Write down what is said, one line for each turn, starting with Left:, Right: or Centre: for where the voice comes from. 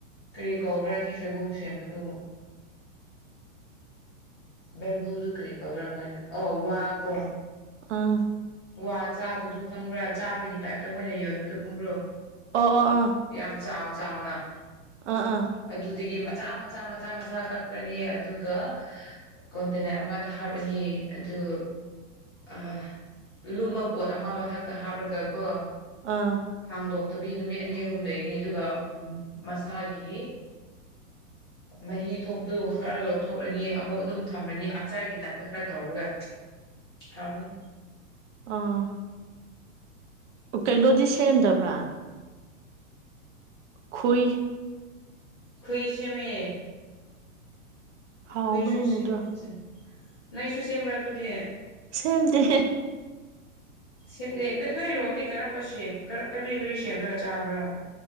Left: ꯀꯔꯤ ꯀꯧꯒ꯭ꯔꯥ ꯁꯤ ꯁꯣꯏꯕꯨꯝ ꯁꯦꯝꯕꯗꯨ ꯕꯦꯝꯕꯨꯗꯨ ꯀꯔꯤ ꯀꯧꯕ꯭ꯔꯥ ꯃꯣꯏꯅ ꯑ ꯋꯥ ꯀꯣ
Right: ꯑꯥ
Left: ꯋꯥ ꯆꯥꯕꯗꯨ ꯈꯪꯕ꯭ꯔꯥ ꯆꯥꯕꯒꯤ ꯇꯥꯏꯞꯇ ꯃꯣꯏꯅ ꯌꯣꯟꯕꯗꯨ ꯈꯪꯕ꯭ꯔꯣ
Right: ꯑꯣ ꯑ ꯑꯥ
Left: ꯌꯥꯝ ꯆꯥꯎ ꯆꯥꯎꯅ
Right: ꯑꯥ ꯑꯥ
Left: ꯑꯗꯨꯗꯒꯤ ꯃꯆꯥ ꯃꯆꯥ ꯃꯆꯥ ꯃꯆꯥ ꯀꯛꯀꯅꯤ ꯑꯗꯨꯒ ꯀꯣꯟꯇꯦꯅꯔ ꯑꯃꯗ ꯍꯥꯞꯂꯅꯤ ꯑꯗꯨ ꯑ ꯂꯨꯝꯕ ꯄꯣꯠ ꯑꯃ ꯃꯊꯛꯇ ꯍꯥꯞꯂꯒꯀꯣ
Right: ꯑꯥ
Left: ꯍꯥꯡꯗꯣꯛꯇꯕꯤ ꯅꯨꯃꯤꯠ ꯑꯅꯤ ꯑꯍꯨꯝꯗꯅꯤ ꯑꯗꯨꯒ ꯃꯁꯥꯒꯤ ꯃꯍꯤ ꯊꯣꯛꯇ ꯈꯔ ꯂꯧꯊꯣꯛꯂꯅꯤ ꯑꯃꯨꯛ ꯑꯗꯨꯝ ꯊꯝꯃꯅꯤ ꯑꯆꯥꯔꯒꯤ ꯇꯥꯏꯞꯇ ꯈꯔ ꯇꯧꯔꯒ
Right: <inaudible>
Left: ꯍꯥꯎꯅꯤ
Right: ꯑꯥ ꯀꯩꯅꯣꯗꯤ ꯁꯦꯝꯗꯕ꯭ꯔꯥ ꯈꯨꯏ
Left: ꯈꯨꯏꯁꯦ ꯃꯦ
Right: ꯍꯥꯎꯕꯅꯤꯅꯦ
Left: ꯈꯨꯏꯁꯨ <unintelligible>
Right: ꯑꯗꯣ
Left: ꯅꯪꯁꯨ ꯁꯦꯝꯕ꯭ꯔꯥ ꯑꯗꯨꯗꯤ
Right: ꯁꯦꯝꯗꯤ
Left: ꯁꯦꯝꯅꯩ ꯅꯣꯏ ꯅꯣꯏꯔꯣꯝꯗꯤ ꯀꯔꯝꯕ ꯀꯔꯤ ꯀꯔꯤ ꯁꯦꯝꯂꯒ ꯆꯥꯕ꯭ꯔꯥ